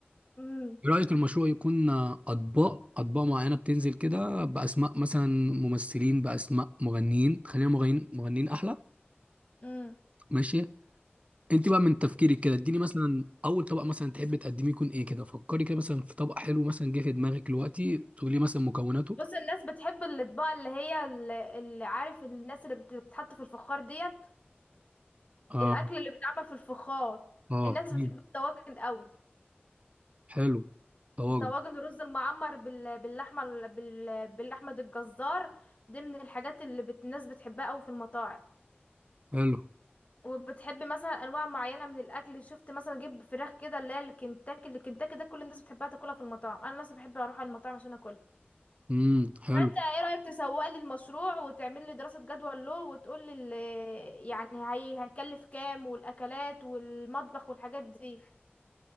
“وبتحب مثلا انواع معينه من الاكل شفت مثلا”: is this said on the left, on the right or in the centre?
Left